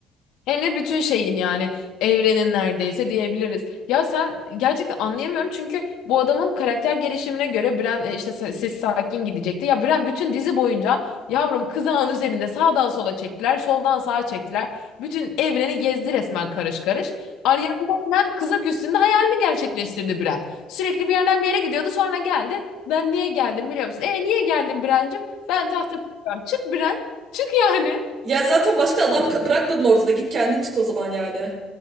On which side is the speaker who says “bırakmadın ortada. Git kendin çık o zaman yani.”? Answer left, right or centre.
Right